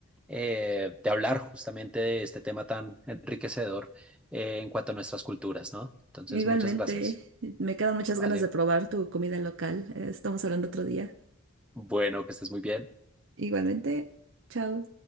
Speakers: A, in the centre; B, on the right (about 55°).
A: eh, de hablar justamente de este tema tan enriquecedor eh, en cuanto a nuestras culturas, ¿no? Entonces,
B: Igualmente,
A: muchas gracias.
B: me quedan muchas
A: Vale,
B: ganas de probar tu comida local. Eh, estamos hablando otro día.
A: bueno, que estés muy bien.
B: Igualmente, chao.